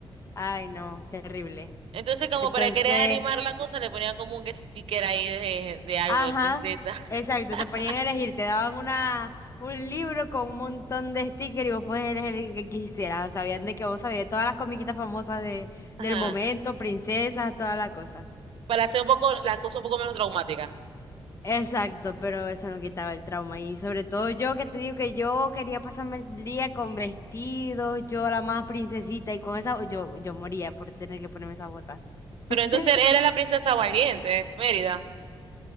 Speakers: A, on the left; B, on the right.
A: Ay, no, terrible.
B: Entonces, como
A: Entonces,
B: para querer animar la cosa, le ponían como un sticker ahí de, de algo,
A: ajá,
B: de princesa.
A: exacto,
B: <laughs>
A: te ponían a elegir, te daban una, un libro con un montón de stickers y vos podías elegir el que quisieras. Sabían de que vos sabías todas las comiquitas famosas de,
B: Ajá.
A: del momento, princesas, toda la cosa.
B: Para hacer un poco la cosa un poco menos traumática.
A: Exacto, pero eso no quitaba el trauma. Y sobre todo yo que te digo que yo quería pasarme el día con vestidos, yo la más princesita y con esa, yo, yo moría por tener que ponerme esa bota.
B: Pero
A: <laughs>
B: entonces era la princesa valiente, Mérida.